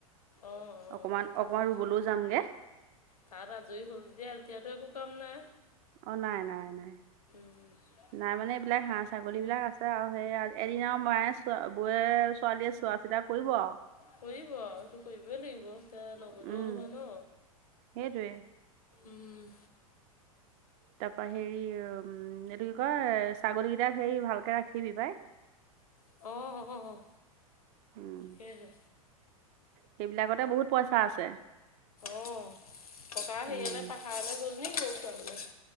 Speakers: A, on the left; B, on the right.
A: অ, অ,
B: অকমান
A: ঠাকেইহে
B: অকমান ৰুবলৈও যামগে
A: তাত আজৰি হ'ল তেতিয়াহ' এতিয়া টো একো কাম নাই
B: অ, নাই-নাই-নাই
A: উম,
B: নাই মানে এইবিলাক হাঁহ ছাগলী বিলাক আছে আৰু সেই এদিন আৰু মায়ে বৌ ছোৱালীয়ে চোৱা চিতা কৰিব আৰু
A: কৰিব সেইটো কৰিবই লাগিব এতিয়া নগ'লেও
B: উম,
A: নহয় ন
B: সেইটোৱে
A: উম,
B: তাৰপা হেৰি উম, এইটো কি কয় ছাগলী কেইটাক হেৰি ভালকে ৰাখিবি পাই
A: অ, অ, অ,
B: উম,
A: সেইহে
B: সেইবিলাকতে বহুত পইচা আছে
A: অ, ককা
B: উম,
A: হেয়ালে পাহাৰলৈ গ'ল নি গৰু চৰাবলৈ